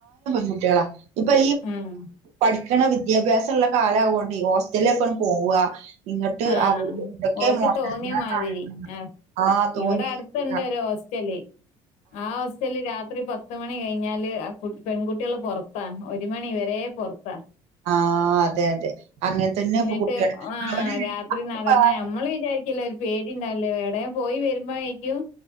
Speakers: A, on the right; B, on the left.
A: കുട്ടികളാ ഇപ്പൊ
B: ആഹ്
A: പഠിക്കണ വിദ്യാഭ്യാസം ഉള്ള കാലാവോണ്ട് ഹോസ്റ്റലില ഒക്കെണ് പോവുക. ഇന്നിട്ട്
B: ആഹ്
A: അവര് എന്തൊക്കെയോ
B: ഓര്ക്ക്
A: മോശായിട്ട്
B: തോന്നിയ
A: ഇങ്ങനെ
B: മാതിരി
A: കാണിക്ക്ന്ന്ണ്ട്
B: ആഹ്
A: ആ തോന്നി
B: ഇവിടെ അടുത്തുണ്ട്
A: അ
B: ഒരു ഹോസ്റ്റല് ആ അവസ്ഥേല് രാത്രി പത്ത് മണി കഴിഞ്ഞാല് ആ പെൺകുട്ടികള് പൊറത്താ. ഒറ്റ് ഒരു മണി വര പൊറത്താ.
A: ആഹ് അതെ അതെ അങ്ങനെ തന്നെ
B: എന്നിട്ട്
A: ഇപ്പൊ കുട്ടികള്
B: ആ
A: അവര്
B: രാത്രി നടന്ന്,
A: ആഹ്
B: നമ്മള് വിചാരിക്കൂലെ ഒരു പേടി ഉണ്ടാവില്ലേ? ഏടെ? പോയി വരുമ്പായിരിക്കും,